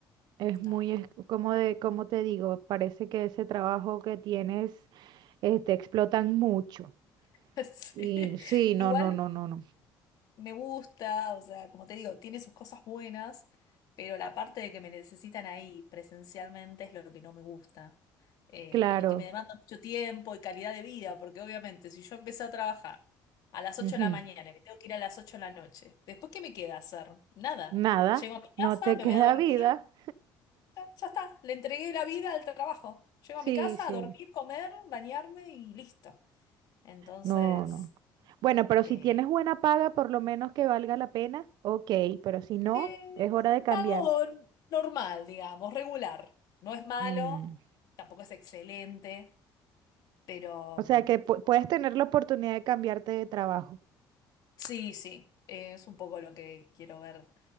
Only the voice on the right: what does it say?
Es
muy,
es como de, como te digo, parece que ese trabajo que tienes, eh, te explotan mucho.
Y sí,
no, no, no, no, no.
Claro.
ujú.
Nada,
no
te
<laughs> queda
vida.
Sí,
sí.
No, no. Bueno, pero
si tienes buena paga, por lo menos que valga la pena, ok, pero si no,
es hora de
cambiar.
Mm.
O
sea que pu- puedes tener la oportunidad de cambiarte de trabajo.